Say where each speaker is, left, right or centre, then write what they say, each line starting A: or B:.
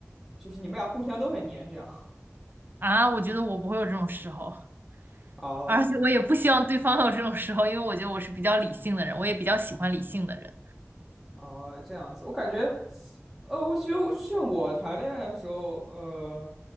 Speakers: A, in the centre; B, on the right.
A: 就是你们俩互相都很粘，这样
B: 啊，我觉得我不会有这种时候。
A: 啊
B: 而且我也不希望对方有这种时候，因为我觉得我是比较理性的人，我也比较喜欢理性的人。
A: 啊 <laughs> 这样子，我感觉，呃，我觉得我像我谈恋爱的时候，呃，